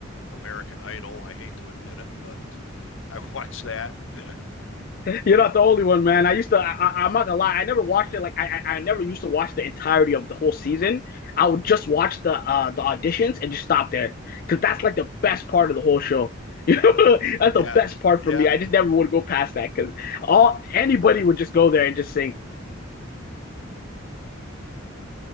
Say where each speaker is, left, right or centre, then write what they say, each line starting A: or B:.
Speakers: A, on the left; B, on the left.
A: American Idol. I hate to admit it, but <laughs> I watch that. <laughs>
B: You're not the only one, man. I used to. I, am not gonna lie. I never watched it. Like I, I, I never used to watch the entirety of the whole season. I would just watch the uh the auditions and just stop there because that's like the best part of the whole show. <laughs> that's
A: Yeah,
B: the best part
A: yeah,
B: for me. I just never would go past that because all anybody would just go there and just sing.